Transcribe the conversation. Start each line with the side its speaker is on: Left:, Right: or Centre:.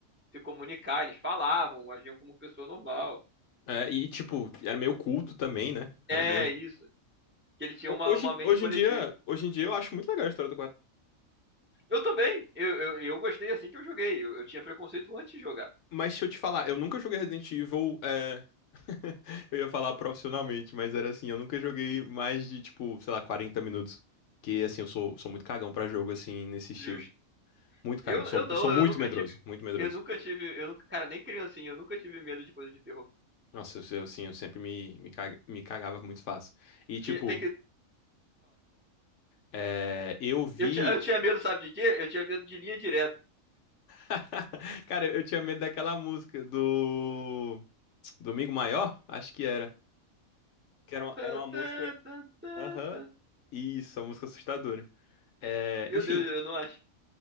Right: se comunicar, eles falavam, agiam como pessoa normal.
Left: é, e, tipo, era meio culto também, né?
Right: É
Left: Era meio. um-
Right: isso. Que ele tinha
Left: Ho-
Right: uma,
Left: Hoje,
Right: uma mente
Left: hoje
Right: coletiva.
Left: em dia, hoje em dia eu acho muito legal a história do 4.
Right: Eu também. Eu, eu, eu gostei assim que eu joguei. Eu, eu tinha preconceito antes de jogar.
Left: Mas se eu te falar, eu nunca joguei Resident Evil. é, <laughs> Eu ia falar profissionalmente, mas era assim, eu nunca joguei mais de, tipo, sei lá, 40 minutos. Que assim, eu sou, sou muito cagão pra jogo, assim, nesse estilo.
Right: Justo.
Left: Muito
Right: Eu,
Left: cagão. Sou,
Right: eu não,
Left: eu sou muito
Right: eu nunca
Left: medroso,
Right: tive.
Left: muito medroso.
Right: Eu nunca tive. Eu nunca, cara, nem criancinha, eu nunca tive medo de coisa de terror.
Left: Nossa, eu, eu- assim, eu sempre me, me, ca- me cagava muito fácil. E, tipo,
Right: Tinha- tem que.
Left: é, eu vi.
Right: Eu, tinha- eu tinha medo, sabe de quê? Eu tinha medo de linha direta.
Left: <laughs> Cara, eu tinha medo daquela música do. Domingo Maior? Acho que era. Que era uma,
Right: Tan,
Left: era uma música.
Right: tan, tan, tan,
Left: Aham.
Right: tan.
Left: Isso, uma música assustadora. É,
Right: Meu
Left: enfim,
Right: Deus, eu não acho.